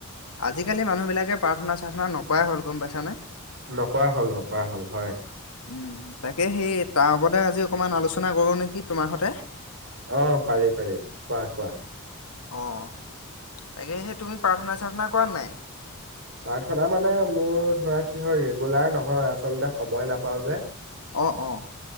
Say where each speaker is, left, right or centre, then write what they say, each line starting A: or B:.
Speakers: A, on the left (about 85°); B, on the right (about 55°).
A: আজিকালি মানুহ বিলাকে প্ৰাৰ্থনা-চাৰ্থনা নকৰাই হ'ল গম পাইছানে?
B: নকৰা হ'ল, নকৰা হ'ল, হয়।
A: উম', তাকে সেই তাৰ ওপৰতে আজি অকমান আলোচনা কৰো নেকি তোমাৰ সতে?
B: অ', পাৰি-পাৰি, কোৱা-কোৱা।
A: অ', তাকে সেই তুমি প্ৰাৰ্থনা-চাৰ্থনা কৰা নাই?
B: প্ৰাৰ্থনা মানে মোৰ ধৰা কি হয়, ৰেগুলাৰ নহয়, আচলতে সময় নাপাও যে
A: অ', অ'।